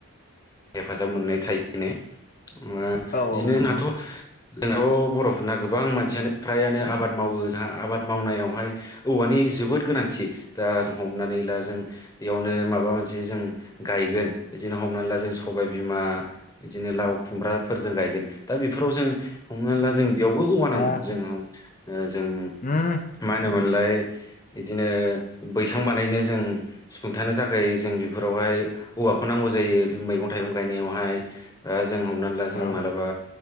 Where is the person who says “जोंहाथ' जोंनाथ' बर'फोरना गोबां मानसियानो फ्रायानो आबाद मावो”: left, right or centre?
Left